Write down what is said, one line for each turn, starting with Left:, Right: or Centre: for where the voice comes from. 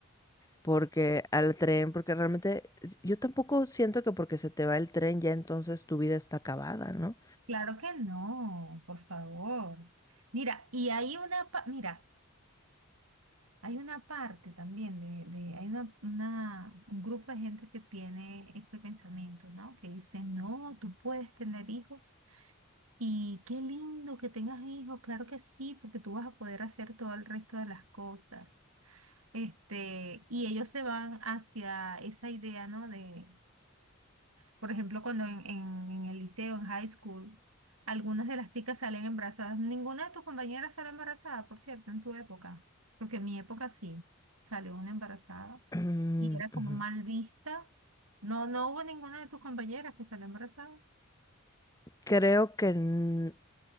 Left: Porque al tren, porque realmente s- yo tampoco siento que porque se te va el tren ya entonces tu vida está acabada, ¿no?
Right: Claro que no, por favor. Mira, y hay una, pa- mira. Hay una parte también de, de hay una, una- un grupo de gente que tiene este pensamiento, ¿no? Que dice, no, tú puedes tener hijos y qué lindo que tengas hijos, claro que sí, porque tú vas a poder hacer todo el resto de las cosas. Este, y ellos se van hacia esa idea, ¿no? de por ejemplo, cuando en, en- en el liceo, en high school, algunas de las chicas salen embarazadas. Ninguna de tus compañeras sale embarazada, por cierto, en tu época. Porque en mi época sí, salió una embarazada
Left: <clears throat>
Right: y era como mal vista. No, no hubo ninguna de tus compañeras que salió embarazada.
Left: Creo que, n-